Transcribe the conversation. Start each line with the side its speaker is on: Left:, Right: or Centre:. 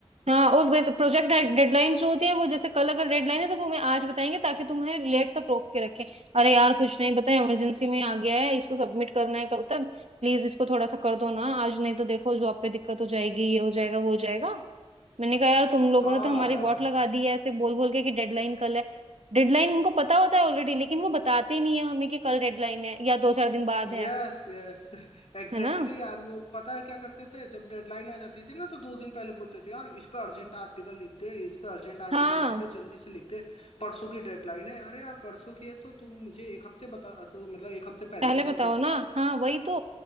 Right: हाँ और वैसे प्रोजेक्ट डेडलाइंस जो होती है वो जैसे कल अगर डेडलाइन है तो तुम्हें आज बताएंगे ताकि तुम्हें लेट तक रोक के रखें अरे यार कुछ नहीं बताए इमरजेंसी में आ गया है इसको सबमिट करना है कल तक प्लीज इसको थोड़ा सा कर दो ना आज नहीं तो देखो जॉब पे दिक्कत हो जाएगी ये हो जाएगा वो हो जाएगा मैंने कहा यार तुम लोगों
Left: हाँ
Right: ने तो हमारी
Left: यार
Right: वॉट लगा दी है ऐसे बोल बोल के कि डेडलाइन कल है डेडलाइन उनको पता होता है ऑलरेडी लेकिन वो बताते नहीं है हमें कि कल डेडलाइन है या दो चार दिन बाद
Left: यस
Right: है
Left: यस एग्जैक्टली
Right: है ना
Left: यार वो पता है क्या करते थे जब डेडलाइन आ जाती थी ना तो दो दिन पहले बोलते थे यार इस पे अर्जेंट आर्टिकल लिख दे इस पे अर्जेंट आर्टिकल
Right: हाँ
Left: लिख दे जल्दी से लिख दे परसों की डेडलाइन है अरे यार परसों की है तो तुम मुझे एक हफ्ते बता दो मतलब एक हफ्ते पहले
Right: पहले
Left: बता
Right: बताओ
Left: दो
Right: ना हाँ वही तो